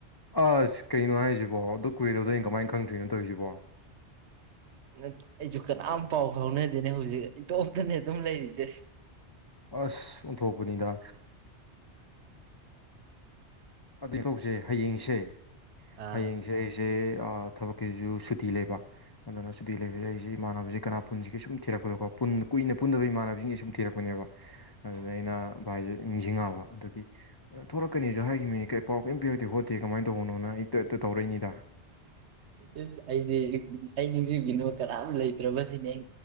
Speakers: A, on the left; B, on the right.
A: ꯑꯁ ꯀꯩꯅꯣ ꯍꯥꯏꯁ ꯖꯤꯕꯣ ꯑꯗꯨ ꯀꯨꯏꯔꯕꯗꯣ ꯑꯩꯅ ꯀꯃꯥꯏꯟ ꯈꯪꯗ꯭ꯔꯤꯅꯣ ꯇꯧꯔꯤꯁꯤꯕꯣ
B: ꯅꯠ ꯑꯩꯁꯨ ꯀꯅꯥꯝ ꯄꯥꯎ ꯐꯥꯎꯅꯗꯦꯅꯦ ꯍꯧꯖꯤꯛ ꯏꯇꯣꯞꯇꯅꯦ ꯑꯗꯨꯝ ꯂꯩꯔꯤꯖꯦ
A: ꯑꯁ ꯑꯣꯟꯊꯣꯛꯄꯅꯤꯗ ꯑꯗꯨ ꯇꯧꯁꯦ ꯍꯌꯦꯡꯁꯦ
B: ꯑꯥ
A: ꯍꯌꯦꯡꯁꯦ ꯑꯩꯁꯦ ꯑ ꯊꯕꯛꯀꯤꯖꯨ ꯁꯨꯇꯤ ꯂꯩꯕ ꯑꯗꯨꯅ ꯁꯨꯇꯤ ꯂꯩꯕꯁꯤꯖꯤꯗ ꯑꯩꯁꯤ ꯏꯃꯥꯟꯅꯕꯁꯤ ꯀꯅꯥ ꯄꯨꯟꯁꯤꯒꯦ ꯁꯨꯝ ꯊꯤꯔꯛꯄꯗꯀꯣ ꯄꯨꯟ ꯀꯨꯏꯅ ꯄꯨꯟꯗꯕ ꯏꯃꯥꯟꯅꯕꯤꯁꯤꯡ ꯁꯨꯝ ꯊꯤꯔꯛꯄꯅꯦꯕ ꯑꯗꯨꯗ ꯑꯩꯅ ꯚꯥꯏꯁꯦ ꯅꯤꯡꯁꯤꯡꯉꯛꯑꯕ ꯑꯗꯨꯗꯒꯤ ꯊꯣꯔꯛꯀꯅꯤꯁꯨ ꯍꯥꯏꯈꯤꯝꯅꯤ ꯀꯦ ꯄꯥꯎ ꯀꯔꯤꯝ ꯄꯤꯔꯛꯇꯦ ꯈꯣꯠꯇꯦ ꯀꯃꯥꯏꯅ ꯇꯧꯕꯅꯣꯅ ꯑꯩꯇ ꯍꯇ ꯇꯧꯔꯛꯏꯅꯤꯗ
B: ꯏꯁ ꯑꯩꯗꯤ ꯑꯩ ꯅꯤꯡꯁꯤꯡꯕꯤꯅ ꯀꯅꯥꯝ ꯂꯩꯇ꯭ꯔꯕꯁꯤꯅꯦ ꯑꯩ